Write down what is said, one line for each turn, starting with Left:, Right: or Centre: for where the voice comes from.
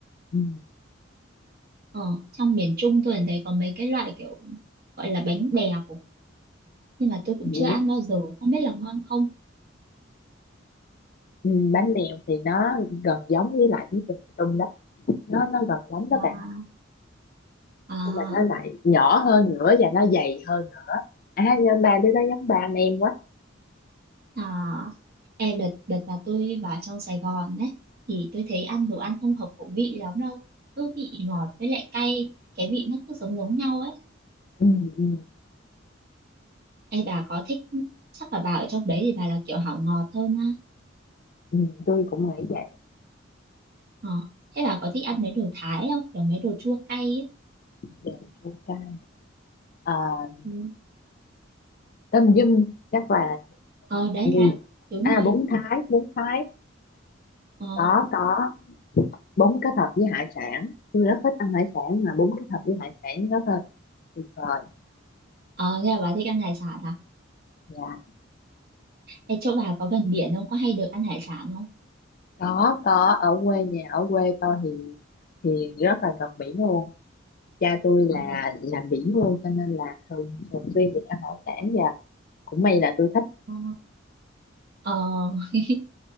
Left: ừ,
Right: Ờ, trong miền Trung tôi thấy có mấy cái loại kiểu gọi là bánh bèo. Nhưng mà tôi cũng
Left: dĩa
Right: chưa ăn bao giờ. Không biết là ngon không?
Left: ừ, bánh bèo thì nó gần giống với lại bánh xèo miền Trung đó nó nó gần giống đó
Right: À,
Left: bạn
Right: à,
Left: nhưng mà nó lại nhỏ hơn nữa và nó dày hơn nữa à nhưng ba đứa đó giống ba anh em quá
Right: À, e đợt đợt là tôi vào trong Sài Gòn ấy thì tôi thấy ăn đồ ăn không hợp khẩu vị lắm đâu. Cứ vị ngọt với lại cay, cái vị nó cứ giống giống nhau ấy.
Left: ừ, ừ,
Right: Ê bà có thích chắc là bà ở trong đấy thì bà là kiểu hảo ngọt hơn ha.
Left: ừ, tôi cũng nghĩ vậy
Right: Ờ, thế bà có thích ăn mấy đồ Thái không? Kiểu mấy đồ chua cay ấy.
Left: rồi chua cay à,
Right: Ừ.
Left: tôm dung chắc là
Right: Ờ đấy
Left: ừ,
Right: đấy, đúng
Left: à
Right: rồi ấy.
Left: bún Thái bún Thái
Right: Ờ.
Left: có có bún kết hợp với hải sản tôi rất thích ăn hải sản mà bún kết hợp với hải sản rất là tuyệt vời
Right: Ờ thế là bà thích ăn hải sản à?
Left: dạ
Right: Ê, chỗ bà có gần biển không? Có hay được ăn hải sản không?
Left: có có ở quê nhà ở quê tôi thì thì rất là gần biển luôn cha tôi là
Right: Ờ.
Left: làm biển luôn cho nên là thường thường xuyên được ăn hải sản và cũng may là tôi thích
Right: Ờ. Ờ. <laughs>